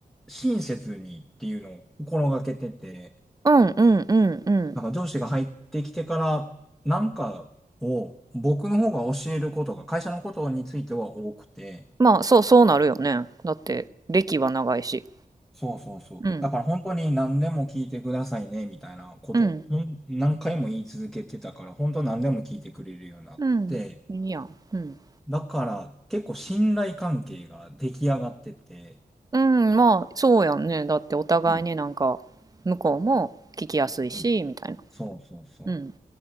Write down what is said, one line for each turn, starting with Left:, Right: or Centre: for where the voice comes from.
Centre: う、親切にっていうのを心がけてて、
Right: うんうんうんうん。
Centre: なんか上司が入ってきてから、なんかを僕の方が教えることが、会社のことについては多くて、
Right: まあ、そう、そうなるよね。だって、歴は長いし。
Centre: そうそうそう。
Right: うん。
Centre: だから本当に何でも聞いてくださいね、みたいなことをほん何回も言い続けてたから、
Right: うん。
Centre: 本当何でも聞いてくれるようになって、
Right: うん。いいやん。うん。
Centre: だから結構信頼関係が出来上がってて、
Right: うん、まあ、そうやんね。だってお互いになんか、
Centre: うん、
Right: 向こうも聞きやすいし、
Centre: うん。
Right: みたいな。
Centre: そうそうそ
Right: うん、